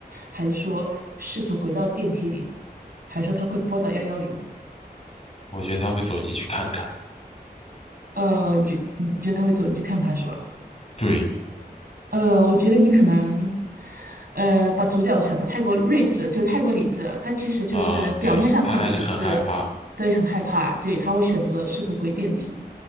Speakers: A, on the right; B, on the left.
A: 还是说试图回到电梯里，还是说他会拨打幺幺零？
B: 我觉得他会走进去看看。
A: 呃，你觉你觉得他会走进去看看是吧？
B: 对。
A: 呃，我觉得你可能，呃，把主角想的太过睿智，就太过理智了。他其实就是表面上特别理智，
B: 啊、对，他还是很害怕。
A: 对，很害怕，对，他会选择试图回电梯。